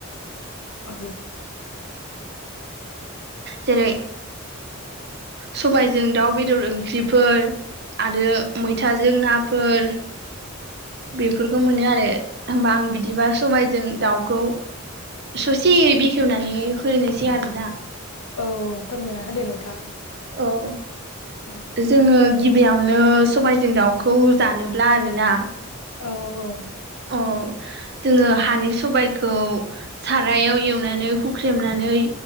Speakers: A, on the left (about 85°); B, on the right (about 50°).
A: औ
B: जेरै सबायजों दाउ बेदर ओंख्रिफोर आरो मैथाजों नाफोर बेफोरखौ मोनो आरो होमबा आं बिदिबा सबायजों दाउखौ ससे बेखेवनानै होनोसै आरोना।
A: औ फोरमायना होदो नोंथां।
B: औ
A: औ
B: जोङो गिबियावनो सबायजों दाउखौ जानोब्ला आरोना
A: औ औ
B: अ जोङो हानि सबायखौ सारायाव एवनानै हुख्रेमनानै